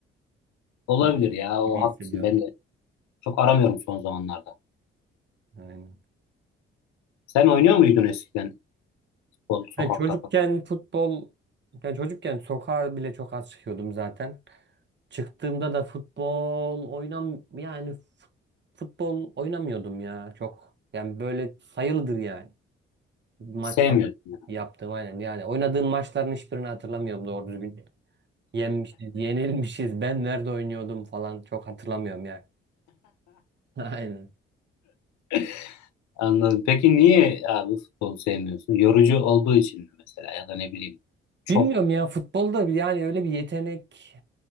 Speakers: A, on the left; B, on the right.
A: Olabilir
B: Gibi
A: ya o
B: gibi hissediyorum.
A: haklısın. Ben de çok aramıyorum son zamanlarda.
B: Aynen.
A: Sen oynuyor muydun eskiden futbol sokakta?
B: Ben çocukken
A: falan?
B: futbol, yani çocukken sokağa bile çok az çıkıyordum zaten. Çıktığımda da futbol oynam yani fut- futbol oynamıyordum ya çok. Yani böyle sayılıdır yani. Maç
A: Sevmiyordun.
B: falan yaptım aynen. Yani oynadığım maçların hiçbirini hatırlamıyorum doğru düzgün. Yenmişiz, yenilmişiz. Ben nerede oynuyordum falan çok hatırlamıyorum yani. <laughs> Aynen.
A: <laughs> Anladım. Peki niye abi futbolu sevmiyorsun? Yorucu olduğu için mi mesela ya da ne bileyim. Çok
B: Bilmiyorum ya futbolda yani öyle bir yetenek